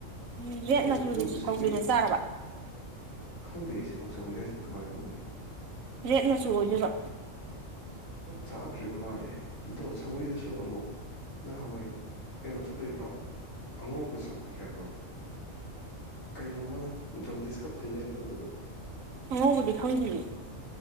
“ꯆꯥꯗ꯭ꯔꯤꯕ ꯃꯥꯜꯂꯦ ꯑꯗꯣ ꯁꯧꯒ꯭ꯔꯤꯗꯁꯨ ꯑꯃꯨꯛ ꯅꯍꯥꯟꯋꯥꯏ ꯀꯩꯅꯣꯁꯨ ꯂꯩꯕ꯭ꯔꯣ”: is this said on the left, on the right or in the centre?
Left